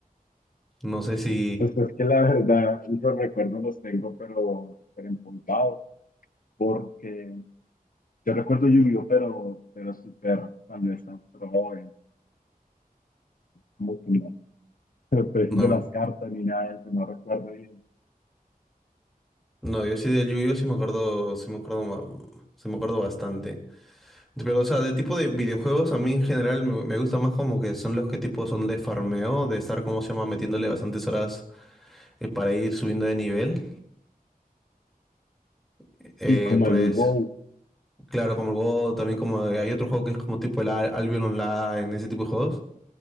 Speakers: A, in the centre; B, on the left (about 65°).
A: No sé si
B: Pues es que la verdad, esos recuerdos los tengo, pero súper empolvados, porque yo recuerdo Yu-Gi-Oh, pero, pero súper, cuando estaba súper joven, como que no, los precios
A: no,
B: de las cartas ni nada de eso, no recuerdo bien.
A: no yo sí del Yu-Gi-Oh sí me acuerdo, sí me acuerdo, ma- sí me acuerdo bastante. Pero o sea, de tipo de videojuegos a mí en general me, me gusta más como que son los que tipo son de farmeo, de estar como se llama metiéndole bastantes horas eh, para ir subiendo de nivel. Eh,
B: Sí, como
A: pues
B: el WoW,
A: claro, como el Go, también como hay otro juego que es como tipo el Al- Albion Online, ese tipo de juegos.